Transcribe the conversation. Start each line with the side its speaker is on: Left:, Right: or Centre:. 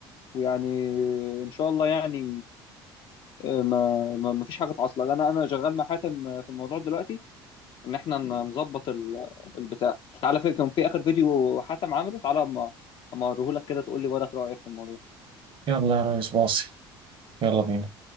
Left: ويعني ان شاء الله يعني آه، ما ما ما فيش حاجه تعصل لأن انا انا شغال مع حاتم في الموضوع دلوقتي ان احنا نظبط ال- البتاع تعالى في كان في اخر فيديو حاتم عامله تعالى اما اما اوريه لك كده تقول لي بالك رايك في الموضوع
Right: يلا يا ريس باصي يلا بينا